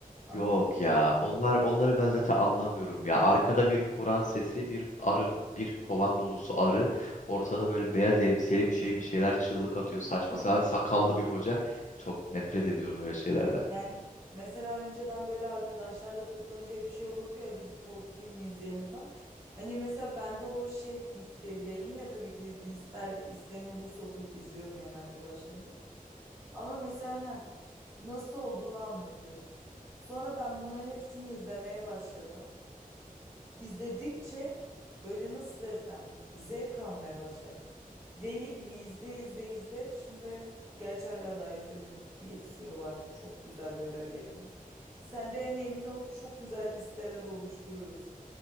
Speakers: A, on the right; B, on the left.
A: Anlatabiliyor
B: Yok ya.
A: muyum?
B: Onlar onları ben zaten anlamıyorum ya. Arkada bir Kur'an sesi, bir arı, bir kovan dolusu arı, ortada böyle beyaz elbiseli bir şey bir şeyler çığlık atıyor saçma
A: Heh.
B: sapan sakallı bir hoca. Çok nefret ediyorum öyle şeylerden.
A: Yani mesela önceden böyle arkadaşlarla toplanınca hep şey olurdu ya hadi bir korku filmi izleyelim falan. Hani mesela bende o şey bitti. Ya yine tabii ki izle- ister isteyen olursa oturup izliyorum yani arkadaşlarımla. Ama mesela heh, nasıl olduğunu anlatıyorum. Sonra ben bunların hepsini izlemeye başladım. izledikçe böyle nasıl desem zevk almaya başladım. Deli gibi izle izle izle. Şimdi gerçi hala daha izlemedim. Bir sürü var. Çok güzel böyle ayırdım. Sen de yani emin ol çok güzel listeler oluştururuz.